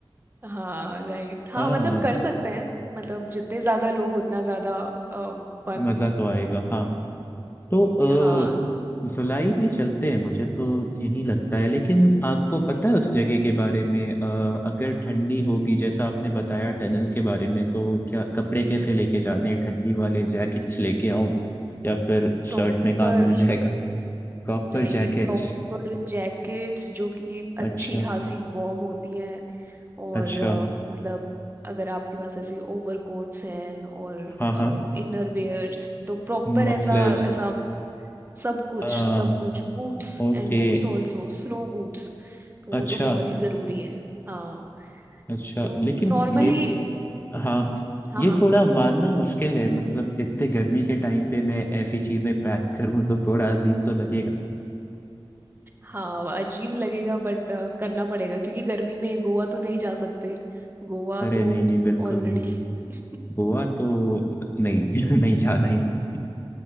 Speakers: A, on the right; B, on the left.
A: हाँ राइट हाँ
B: हाँ
A: मतलब कर सकते हैं मतलब जितने ज्यादा लोग उतना ज्यादा फन
B: मजा तो आएगा हाँ तो अ,
A: हाँ
B: जुलाई में चलते हैं मुझे तो यही लगता है लेकिन आपको पता है उस जगह के बारे में अ, अगर ठंडी होगी जैसा आपने बताया टनल के बारे में तो क्या कपड़े कैसे लेके जाने हैं? ठंडी वाले जैकेट्स लेके आऊं या फिर
A: प्रॉपर
B: शर्ट में काम मिल जाएगा Proper
A: नहीं
B: jackets
A: प्रॉपर जैकेट्स जो कि अच्छी
B: अच्छा
A: खासी वार्म होती हैं और
B: अच्छा
A: अ, मतलब अगर आपके पास ऐसे ओवर कोट्स हैं और
B: हाँ हाँ
A: इनर वेयर्स तो प्रॉपर
B: मफलर्स
A: ऐसा ऐसा सब कुछ
B: हाँ
A: सब कुछ boots
B: ओके
A: and boots also snow boots तो वो
B: अच्छा
A: तो बहुत ही ज़रूरी है हाँ
B: अच्छा
A: क्यों
B: लेकिन
A: नॉर्मली
B: ये हाँ
A: हाँ
B: ये
A: हाँ
B: थोड़ा मानना मुश्किल है मतलब इतने गर्मी के टाइम पे मैं ऐसी चीजें पैक करूँ तो थोड़ा अजीब तो लगेगा
A: हाँ अजीब लगेगा बट करना पड़ेगा क्योंकि गर्मी में गोवा तो नहीं जा सकते गोवा
B: अरे
A: तो
B: नहीं नहीं बिल्कुल
A: ऑलरेडी
B: नहीं
A: <laughs>
B: गोवा तो नहीं <laughs> नहीं जाना ही नहीं